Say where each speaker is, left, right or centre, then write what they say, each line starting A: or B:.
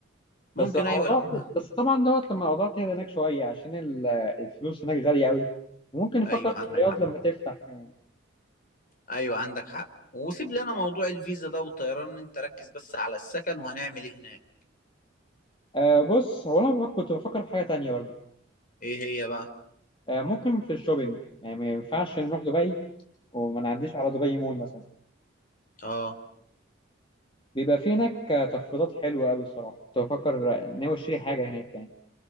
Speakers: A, on the left (about 45°); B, on the left (about 25°).
A: ممكن
B: بس الموضوع
A: ايوه لما
B: بس طبعا دوت لما الاوضاع تهدى هناك شويه عشان ال- الفلوس هناك غاليه قوي وممكن نفكر
A: ايوه عندك
B: في الرياض
A: حق
B: لما تفتح يعني
A: ايوه عندك حق وسيب لنا موضوع الفيزا ده والطيران إن انت ركز بس على السكن وهنعمل ايه هناك
B: آه بص هو انا بفكر- كنت بفكر في حاجه تانية برضو
A: ايه هي بقى
B: آه ممكن في الشوبينج يعني ما ينفعش نروح دبي وما نعديش على دبي مول مثلا
A: اه
B: بيبقى في هناك آه، تخفيضات حلوه قوي الصراحه كنت بفكر آه، ناوي اشتري حاجه هناك يعني